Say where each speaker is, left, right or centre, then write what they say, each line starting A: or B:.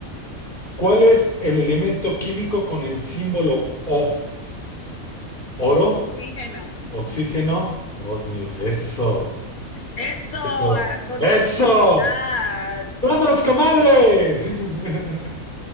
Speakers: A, on the left; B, on the left.
A: ¿cuál es el elemento químico con el símbolo O? ¿Oro?
B: Oxígeno.
A: ¿Oxígeno? Osmio, eso,
B: Eso,
A: eso,
B: con
A: eso.
B: seguridad.
A: ¡Vamos, comadre! <laughs>